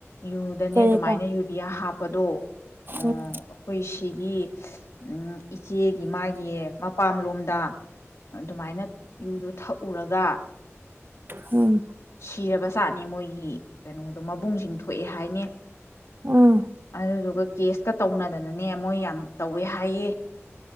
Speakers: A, on the left; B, on the right.
A: ꯌꯨꯗꯅꯦ
B: ꯀꯔꯤꯕ
A: ꯑꯗꯨꯃꯥꯏꯅ ꯌꯨꯔꯤꯌꯥ ꯍꯥꯞ ꯀꯥꯗꯣ ꯑꯥꯥ-ꯑꯩꯈꯣꯏꯁꯤ
B: ꯎꯝ
A: ꯁꯤꯒꯤ ꯁꯤꯁ ꯎꯝ ꯏꯆꯦꯒꯤ ꯃꯥꯒꯤ ꯃꯄꯥꯝꯂꯣꯝꯗ ꯑꯗꯨꯃꯥꯏꯅ ꯌꯨꯗꯣ ꯊꯛꯎꯨꯔꯥꯒ
B: ꯎꯝ
A: ꯀꯤꯔꯕ ꯖꯥꯠꯅꯦ ꯃꯣꯏꯒꯤ ꯀꯩꯅꯣꯗꯣ ꯃꯕꯨꯡꯁꯤꯡꯗꯨ ꯄꯣꯛꯑꯦ ꯍꯥꯏꯅꯦ
B: ꯎꯝ
A: ꯑꯗꯨꯗꯨꯒ ꯀꯦꯁ ꯀꯥ ꯇꯧꯅꯗꯅꯅꯦ ꯃꯣꯏ ꯌꯥꯝ ꯇꯧꯋꯦ ꯍꯥꯏꯌꯦ